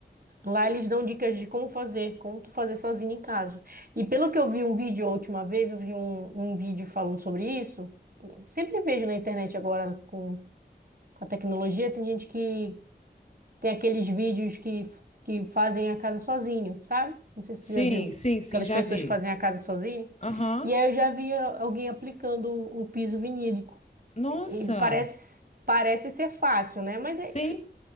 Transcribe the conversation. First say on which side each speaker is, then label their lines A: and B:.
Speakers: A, on the right; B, on the left.
A: Lá eles dão dicas de como fazer, como tu fazer sozinho em casa. E pelo que eu vi um vídeo a última vez, eu vi um, um vídeo falando sobre isso. Sempre vejo na internet agora com, com a tecnologia, tem gente que tem aqueles vídeos que, que fazem a casa sozinho, sabe? Não sei se
B: sim,
A: tu já viu.
B: sim, sim,
A: Aquelas
B: já
A: pessoas
B: vi.
A: que fazem a casa sozinho.
B: Aham.
A: E aí eu já vi a- alguém aplicando o, o piso vinílico.
B: Nossa,
A: E parece, parece ser fácil, né? Mas é
B: sim.